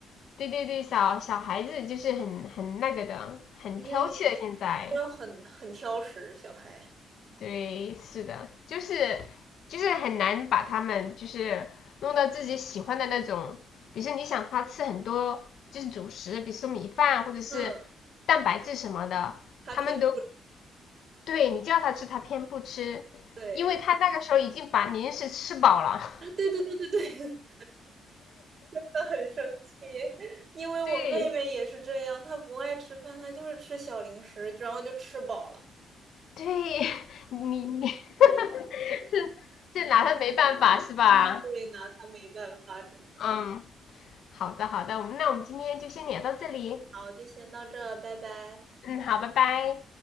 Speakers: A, on the left (about 70°); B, on the right (about 45°).
A: 对对对，小小孩子就是很很那个的，很挑剔的。
B: 嗯，
A: 现在
B: 要很很挑食，小孩。
A: 对，是的，就是就是很难把他们就是弄到自己喜欢的那种，比如说你想他吃很多就是主食，比如说米饭或者是蛋白质什么的，
B: 嗯，他偏不，
A: 他们都对你叫他吃，他偏不吃，
B: 对，
A: 因为他那个时候已经把零食吃饱了。<laughs>
B: <laughs> 对对对对对，他很生气，因为我妹妹也是这样，
A: 对
B: 她不爱吃饭，她就是吃小零食，然后就吃饱了。
A: 对，<laughs> 你你 <laughs> 是是拿他没办法是吧？
B: 所以拿她没办法，真的。
A: 嗯，好的好的，我们那我们今天就先聊到这里，
B: 好，就先到这，拜拜。
A: 嗯，好，拜拜。